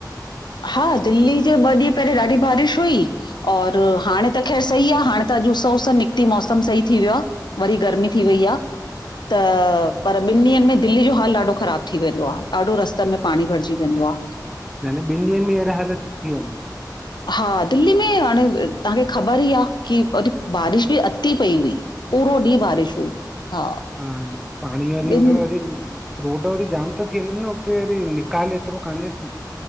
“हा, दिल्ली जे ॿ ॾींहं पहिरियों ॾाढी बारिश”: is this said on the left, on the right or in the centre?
Left